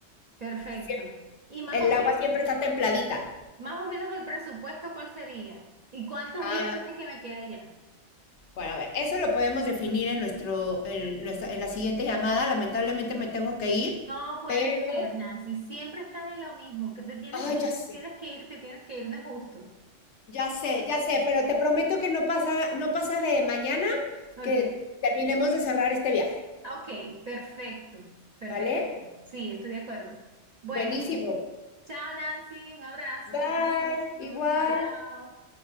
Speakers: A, on the right (about 40°); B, on the left (about 65°).
A: Perfecto.
B: Siem-
A: Y más
B: El
A: o menos,
B: agua siempre está templadita.
A: más o menos el presupuesto, ¿cuál sería? ¿Y cuántos
B: Ah,
A: días tiene que me quede ya?
B: Bueno, a ver, eso lo podemos definir en nuestro, en nuestra- en la siguiente llamada. Lamentablemente me tengo que ir,
A: No puede
B: pero,
A: ser, Nancy. Siempre estás en lo mismo. Que te tienes
B: ay,
A: que ir,
B: ya sé,
A: tienes que irte, tienes que ir, no es justo.
B: ya sé, ya sé, pero te prometo que no pasa, no pasa de mañana
A: Ok,
B: que terminemos de cerrar este viaje,
A: Ah, ok, perfecto, perfecto.
B: ¿vale?
A: Sí, estoy de acuerdo. Bueno,
B: Buenísimo.
A: chao, Nancy. Un abrazo.
B: Bye,
A: Cuídate mucho.
B: igual.
A: Chao.